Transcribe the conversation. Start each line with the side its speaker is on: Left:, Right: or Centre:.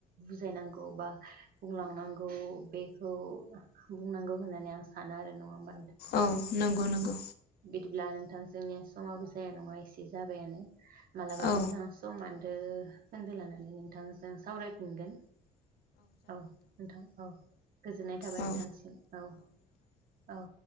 Right: बुजायनांगौ बा बुंलांनांगौ बेखौ बुंनांगौ होननानै आं साना आरो नङा होनबा
Left: औ नंगौ नंगौ
Right: बिदिब्ला नोंथां जोंनिया समाबो जाया नङा एसे जाबायानो मालाबा
Left: औ
Right: मोजां समान रो खोन्दो लानानै नोंथांजों सावरायफिनगोन औ नोंथां औ गोजोननाय थाबाय
Left: औ
Right: नोंथांसिम औ औ